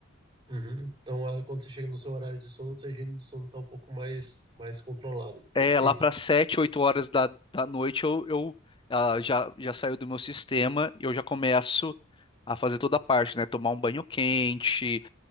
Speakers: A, on the right; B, on the left.
A: Uhum. Então, ah, quando você chega no seu horário de sono, sua higiene do sono tá um pouco mais, mais controlada. Perfeito.
B: É, lá para 7, 8 horas da, da noite eu, eu ah, já, já saio do meu sistema e eu já começo a fazer toda a parte, né? Tomar um banho quente,